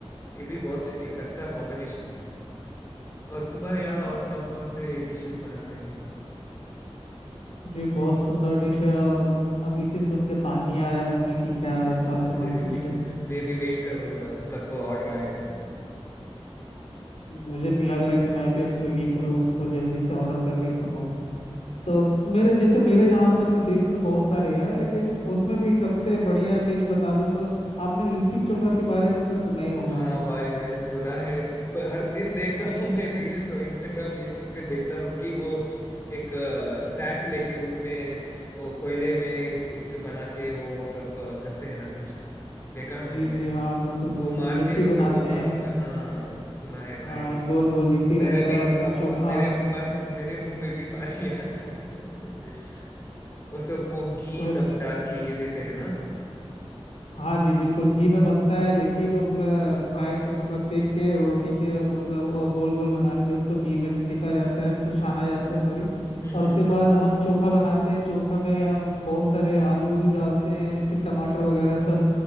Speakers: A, on the left; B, on the left.
A: ये भी बहुत एक अच्छा कॉम्बिनेशन है और तुम्हारे यहाँ और
B: हम्म,
A: कौन कौन से डिशेस बनाते हैं
B: जी बहुत सुंदर डिश है और अभी से सुन के पानी आ रहा है मुंह में कि
A: <laughs>
B: क्या लाजवाब
A: मुझे भी
B: डिश
A: मैं,
B: है
A: मैं भी वेट कर रहा हूँ तब तब ऑर्डर आएगा
B: मुझे भी लग रहा है कि मैं भी अब स्विगी करूँ उसको जल्दी से ऑर्डर करके खाऊं
A: <laughs>
B: तो मेरे जैसे मेरे यहाँ का तो डिश तो बहुत सारे है लेकिन उसमें भी सबसे बढ़िया डिश बता दो तो आपने लिट्टी चोखा के बारे में तो सुना ही होगा
A: हाँ भाई मैंने सुना है प- हर दिन देखता हूँ मैं रील्स और इंस्टाग्राम ये सब में देखता हूँ कि वो एक सैक लेके उसमें वो कोयले में कुछ बना के वो सब अ, करते हैं ना कुछ देखा है मैंने
B: जी जी हाँ बिल्कुल
A: वो
B: बिल्कुल
A: मार
B: लिट्टी
A: के वो सब
B: बनाते
A: ओपन
B: हैं
A: होता है हाँ सुना है भाई
B: हाँ गोल गोल लिट्टी रहता
A: मेरा भी
B: है और
A: अब
B: फिर
A: अब
B: चोखा
A: अब मेरे भाई मेरे मुंह में भी पानी आ रहा है <laughs> वो सब वो घी
B: कोई
A: सब
B: बात
A: डाल के ये देते हैं ना हम्म
B: हाँ जी बिल्कुल घी में बनता है लिट्टी को पूरा फ्राई मतलब सेक के और रोटी से मतलब और गोल गोल बना के उसको घी में सेका जाता है तो छाना जाता है सॉरी
A: हम्म
B: और उसके बाद हम चोखा बनाते हैं चोखा में हम बहुत सारे आलू भी डालते हैं फिर टमाटर वगैरह सब